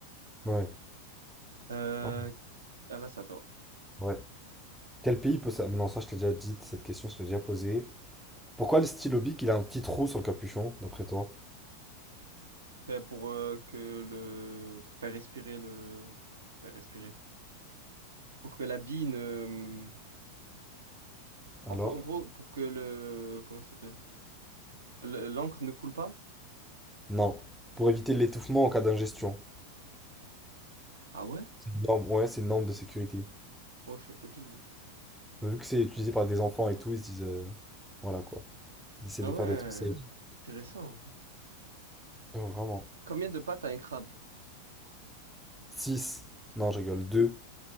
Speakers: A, in the centre; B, on the right.
A: Ouais.
B: Euh,
A: Ouais.
B: ah là, c'est à toi.
A: Ouais. Quel pays peut ça... Non, ça je t'ai déjà dit, cette question, je t'ai déjà posée. Pourquoi le stylo bic, il a un petit trou sur le capuchon, d'après toi?
B: Ben, pour euh, que le pour faire respirer le faire respirer pour que la bille ne hum,
A: Alors?
B: en, fa- en gros pour que le comment ça s'appelle Le- l'encre ne coule pas.
A: Non. Pour éviter l'étouffement en cas d'ingestion.
B: Ah ouais?
A: C'est une norme, ouais, c'est une norme de sécurité.
B: Oh, je sais pas du tout.
A: Mais vu que c'est utilisé par des enfants et tout, ils se disent... euh, voilà, quoi. Ils essaient
B: Ah
A: de
B: ouais,
A: faire des trucs safe.
B: intéressant.
A: Euh, vraiment.
B: Combien de pattes a un crabe?
A: 6. Non, je rigole. 2.